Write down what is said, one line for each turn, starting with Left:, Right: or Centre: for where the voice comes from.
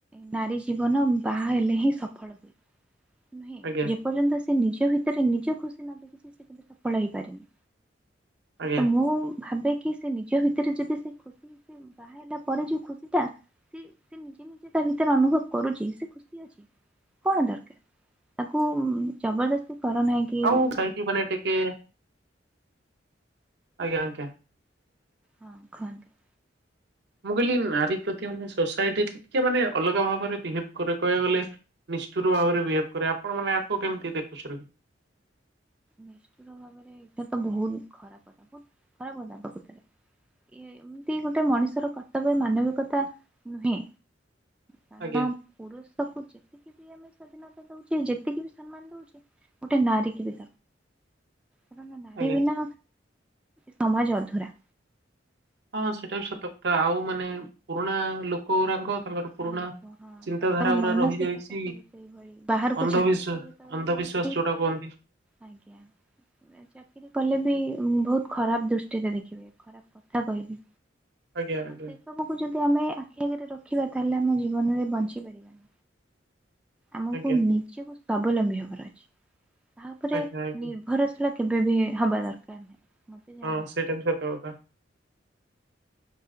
Centre: ନାରୀ ଜୀବନ ବାହା ହେଲେ ହିଁ ସଫଳ ହୁଏ। ନୁହେଁ
Right: ଆଜ୍ଞା
Centre: ଯେ ପର୍ଯ୍ୟନ୍ତ ସେ ନିଜ ଭିତରେ ନିଜ ଖୁସି ନ ଦେଖିଛି ସେ କେବେ ସଫଳ ହେଇପାରିନି।
Right: ଆଜ୍ଞା
Centre: ତ ମୁଁ ଭାବେ କି ସେ ନିଜ ଭିତରେ ଯଦି ସେ ଖୁସି ବାହା ହେଲା ପରେ ଯୋଉ ଖୁସି ଟା ସେ ସେ ନିଜେ ନିଜେ ତା ଭିତରେ ଅନୁଭବ କରୁଛି ସେ ଖୁସି ଅଛି କଣ ଦରକାର। ତାକୁ ଜବରଦସ୍ତି କର ନାହିଁ କି
Right: ଆଉ
Centre: ହଁ
Right: ସାଇଠ ବନ ଟିକେ ଆଜ୍ଞା ଆଜ୍ଞା।
Centre: ହଁ କୁହନ୍ତୁ।
Right: ମୁଁ କହିଲି ନାରୀ ପ୍ରତି ମାନେ ସୋସାଇଟି ଟିକେ ମାନେ ଅଲଗା ଭାବରେ ବିହେଭ କରେ କହିବାକୁ ଗଲେ। ନିଷ୍ଠୁର ଭାବରେ ବିହେଭ୍ କରେ ଆପଣ ମାନେ ଆଗକୁ କେମିତି ଦେଖୁଛନ୍ତି?
Centre: ନିଷ୍ଠୁର ଭାବରେ ଏଇଟା ତ ବହୁତ ଖରାପ କଥା ବହୁତ ଖରାପ କଥା ପ୍ରକୃତ ରେ। ଏମିତି ଗୋଟେ ମଣିଷର କର୍ତ୍ତବ୍ୟ ମାନବିକତା ନୁହେଁ। କାରଣ
Right: ଆଜ୍ଞା
Centre: ପୁରୁଷକୁ ଯେତିକି ବି ଆମେ ସ୍ଵାଧୀନତା ଦଉଛେ ଯେତିକି ବି ସମ୍ମାନ ଦଉଛେ ଗୋଟେ ନାରୀ ବି କାରଣ ନାରୀ
Right: ଆଜ୍ଞା।
Centre: ବିନା ସମାଜ ଅଧୁରା।
Right: ହଁ ସେଇଟା ବି ସତକଥା ଆଉ ମାନେ ପୁରୁଣା ଲୋକଗୁରାଙ୍କ ତାଙ୍କର ପୁରୁଣା
Centre: ଲୋକ ହଁ
Right: ଚିନ୍ତାଧାରା
Centre: ତାଙ୍କର
Right: ଗୁଡା
Centre: ମାନସିକତା
Right: ରହିଯାଇଛି
Centre: ସବୁ ସେଇଭଳି ବାହାରକୁ
Right: ଅନ୍ଧବିଶ୍ୱାସ
Centre: ଚାକିରି କରିବାକୁ
Right: ଅନ୍ଧବିଶ୍ୱାସ
Centre: ଗଲେ ବି
Right: ଯୋଉଟା କୁହନ୍ତି।
Centre: ଆଜ୍ଞା। ଚାକିରୀ କଲେ ବି ବହୁତ ଖରାପ ଦୃଷ୍ଟିରେ ଦେଖିବେ ଖରାପ କଥା କହିବେ।
Right: ଆଜ୍ଞା ଆଜ୍ଞା।
Centre: ସେ ସବୁ ଯଦି ଆମେ ଆଖି ଆଗରେ ରଖି ରଖିବା ତାହଲେ ଆମ ଜୀବନରେ ବଞ୍ଚି ପାରିବାନି ଆମକୁ
Right: ଆଜ୍ଞା
Centre: ଝିଅ କୁ ସ୍ୱାଭିଲମ୍ବୀ ହେବାର ଅଛି ତାହା ଉପରେ
Right: ଆଜ୍ଞା
Centre: ନି
Right: ଆଜ୍ଞା
Centre: ନିର୍ଭରଶୀଳା କେବେ ବି ହବା ଦରକାର ନାହିଁ। ମତେ ଯାହା
Right: ହଁ
Centre: ଲାଗେ।
Right: ସେଇଟା ବି ସତ କଥା।